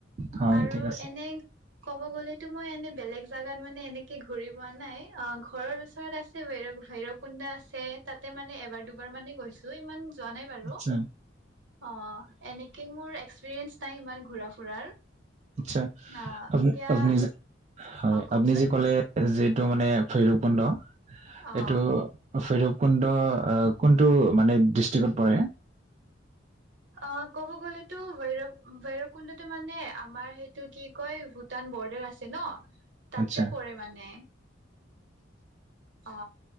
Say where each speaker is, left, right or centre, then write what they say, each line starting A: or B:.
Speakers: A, on the right; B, on the right.
A: হয়
B: আৰু
A: ঠিক আছে
B: এনে ক'ব গলে টো মই এনে বেলেগ জেগাত মানে এনেকে ঘূৰি পোৱা নাই অ ঘৰৰ ওচৰত আছে বৰ ভৈৰৱ কুন্দা আছে তাতে মানে এবাৰ দুবাৰ মানে গৈছো ইমান যোৱা নাই বাৰু
A: আচ্ছা
B: অ এনেকে মোৰ এক্সপিৰিয়েঞ্চ নাই ইমান ঘূৰা ফুৰাৰ
A: আচা
B: অ
A: আপোনি
B: এতিয়া
A: আপোনি যে হয়
B: অ কওকচোন
A: আপোনি যে ক'লে যিটো মানে ভৈৰৱ কুণ্ড
B: অ
A: এইটো ভৈৰৱ কুণ্ড কোনটো মানে কোনটো দিষ্টিকত পৰে
B: অ ক'ব গলেতো ভৈৰৱ ভৈৰৱ কুণ্ডতো মানে আমাৰ সেইটো কি কয় ভূটান বৰ্ডাৰ আছে ন তাতে
A: আচ্ছা,
B: পৰে মানে অ